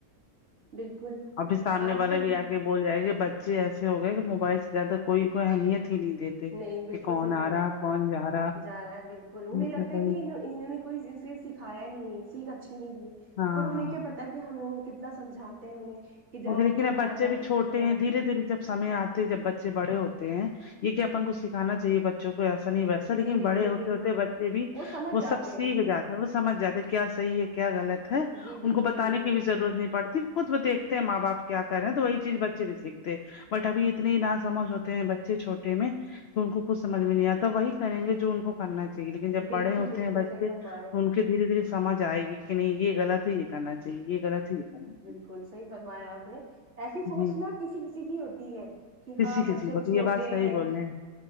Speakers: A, on the right; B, on the left.
A: بالکل
B: ابھی سامنے
A: آج
B: والا
A: کل
B: بھی آگ بول جائے کہ بچے ایسے ہو گئے کہ موبائل سے زیادہ کوئی کوئی اہمیت ہی نہیں دیتے
A: نہیں بالکل
B: کہ کون
A: صحیح فرما
B: آ رہا
A: رہے
B: کون جا
A: جا رہا ہے بالکل ان نہیں لگتا
B: سے کوئی
A: کہ انہوں نے کوئی اسے سکھایا نہیں ہے سیکھ اچھی نہیں دی ہے
B: ہاں
A: پر انہیں
B: ہاں
A: کیا پتا ت کہ ہم ان کتنا سمجھاتے ہیں انہیں کہ جاؤ
B: ہوگےیکن
A: بچوں
B: اب
A: باہر
B: بچے
A: جا
B: بھی
A: کے
B: چھوٹے
A: کھیلو
B: ہیں دھیرے دھیرے جب سمے آتے جب بچے بڑے ہوتے ہیں یہ کہ اپن کو سکھانا چاہیے ب بچوں کو ایسا نہیں ویسا
A: جی
B: لیکن
A: بالکل
B: بڑے ہوتے
A: بالکل
B: ہوتے بچے بھی
A: سمجھ
B: وہ
A: جاتے
B: سب سیکھ
A: ہیں
B: جاتا ہے وہ سمجھ جاتا ہے کیا صحیح ہے کیا غلط ہے
A: جی
B: ان
A: بالکل
B: کو بتے
A: بالکل
B: کی بھی ضرورت نہیں پڑتی خود بھی دیکھتے ہیں ماں باپ کیا کرے ہیں تو وہی چیز بچے بھی سیکھتے بٹ ابھی اتنے نہ سمجھ ہوتے ہیں بچے چھوٹے میں تو ان کو کچھ سمجھ میں نہیں آتا وہی کریں گے جو ان کو کرنا چاہیے لیکن جب
A: بالکل
B: بڑے ہوتے
A: بالکل
B: ہیں بچے
A: صحیح فرما رہے ہیں
B: ان کو کہ دھیرے دھیرے سج آئے گی کہ نہیں یہ غط ہے یہ کرنا چاہی یہ غلط ہے یہ کرنا چاہیے
A: الکل صحی فرمایا آپ نے ایسی سوچنا
B: جی
A: کسی کسی کی ہوتی ہے کہ
B: کسی
A: ہاں
B: کسی
A: بچے
B: کو
A: اب
B: تو
A: چھوٹے
B: یہ بات صحیح
A: ہیں
B: بول رہے